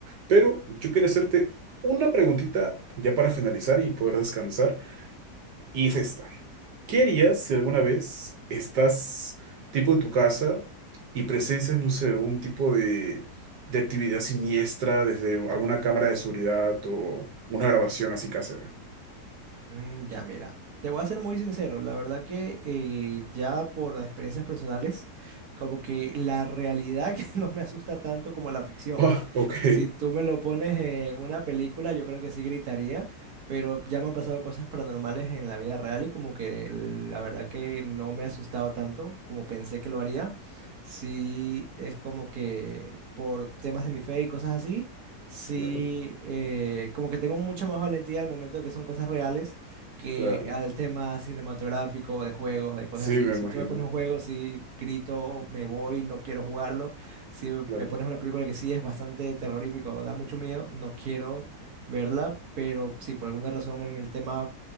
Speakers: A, on the right (about 85°); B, on the right (about 65°).
A: Pero yo quería hacerte una preguntita ya para finalizar y poder descansar. Y es esta. ¿Qué harías
B: Mm,
A: si alguna
B: Dime.
A: vez estás tipo en tu casa y presencias, no sé, algún tipo de, de actividad siniestra desde alguna cámara de seguridad o una grabación así casera? <laughs>
B: Mm, ya mira, te voy a ser muy sincero, la verdad que eh, ya por experiencias personales, como que la realidad <laughs> que no me asusta tanto como la ficción.
A: Ah, ok,
B: Si tú me lo pones en una película, yo creo que sí gritaría, pero ya me han pasado cosas paranormales en la vida real y como que la verdad que no me he asustado tanto como pensé que lo haría. Sí, es como que por temas de mi fe y cosas así, sí,
A: claro,
B: eh, como que tengo mucha más valentía al momento de que son cosas reales que
A: claro.
B: al tema cinematográfico, de juegos, de cosas
A: Sí,
B: así.
A: me imagino,
B: Si tú me pones un juego, sí, grito, me voy, no quiero jugarlo. Si
A: claro.
B: me pones una película que sí es bastante terrorífica o da mucho miedo, no quiero verla, pero sí, por alguna razón en el tema